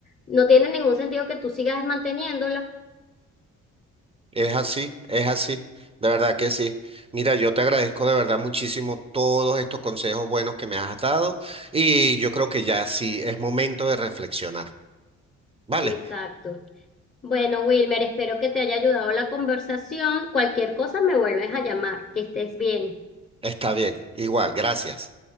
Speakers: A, on the left; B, on the right.
A: No tiene ningún sentido que tú sigas manteniéndola
B: Es así, es así, de verdad que sí. Mira, yo te agradezco de verdad muchísimo todos estos consejos buenos que me has dado y yo creo que ya sí es momento de reflexionar. Vale,
A: Exacto. Bueno, Wilmer, espero que te haya ayudado la conversación. Cualquier cosa me vuelves a llamar. Que estés bien.
B: está bien, igual, gracias.